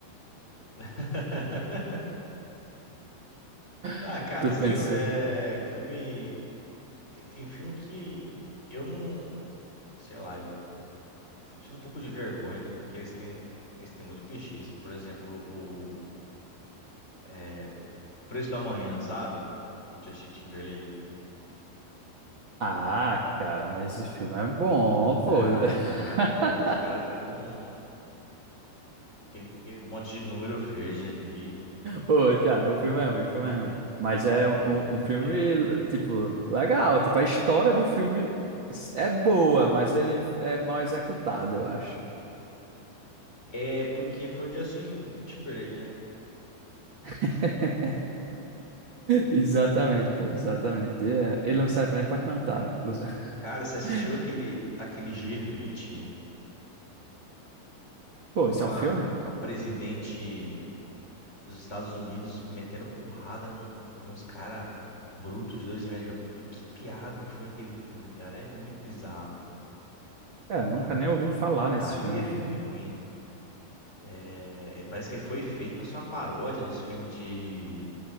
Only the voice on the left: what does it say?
<laughs> Ah,
cara,
assim,
eu- é, filme tem, tem filme que eu não, sei lá, eu, eu sinto um pouco de vergonha, até porque eles têm eles têm muito clichê, assim, por exemplo, o é, Preço da Manhã, sabe? O Justin Timberlake.
Ah,
é nada, pô, os caras ficam Aquele, aquele monte de número verde ali
a
vida inteira.
Ele.
Não.
É porque foi o Justin Timberlake, né?
Cara, você assistiu
aquele, aquele G20
com
a,
com a presidente dos Estados Unidos metendo porrada num- num- nos cara bruto de dois metros de altura? Que piada que foi aquele filme, cara. É muito bizarro.
Ali
é filme ruim. É, é, parece que foi feito para ser uma paródia dos filmes de